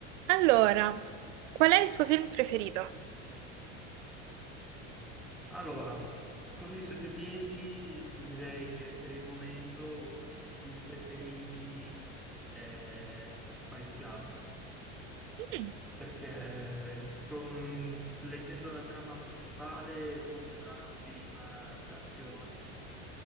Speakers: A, on the right; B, in the centre.
A: Allora, qual è il tuo film preferito?
B: Allora, così su due piedi ti direi che per il momento uno dei miei film preferiti è Fight Club
A: Mm,
B: perché con- leggendo la trama principale può sembrare un film eh, d'azione